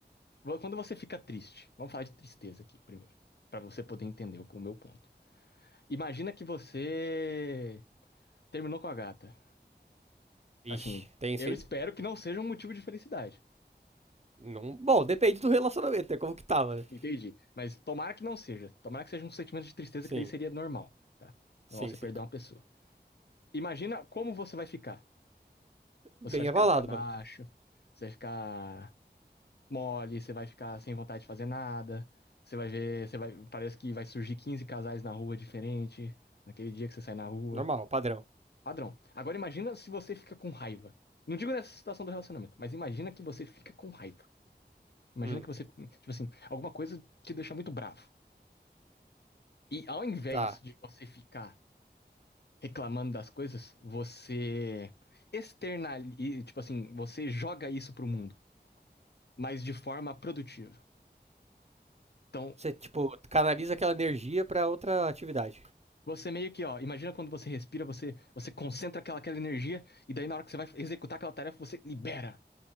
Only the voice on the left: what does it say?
Vo- Quando você fica triste, vamos falar de tristeza aqui primeiro, para você poder entender o, o meu ponto. Imagina que você terminou com a gata.
Assim,
eu
espero que não seja um motivo de felicidade.
Entendi. Mas tomara que não seja. Tomara que seja um sentimento de tristeza,
que daí seria normal, tá?
Normal você
perder uma pessoa. Imagina como você vai ficar.
Você vai ficar
pra baixo,
você vai ficar mole, você vai ficar sem vontade de fazer nada. Você vai ver, você vai, parece que vai surgir 15 casais na rua diferente, naquele dia que você sai na rua.
Padrão. Agora imagina se você fica com raiva. Não digo nessa situação do relacionamento, mas imagina que você fica com raiva. Imagina
que você, tipo assim, alguma coisa te deixa muito bravo. E ao invés
de você ficar reclamando das coisas, você externaliza, tipo assim, você joga isso pro mundo, mas de forma produtiva. Então,
você meio que, ó, imagina quando você respira, você, você concentra aquela, aquela energia, e daí na hora que você vai executar aquela tarefa, você libera.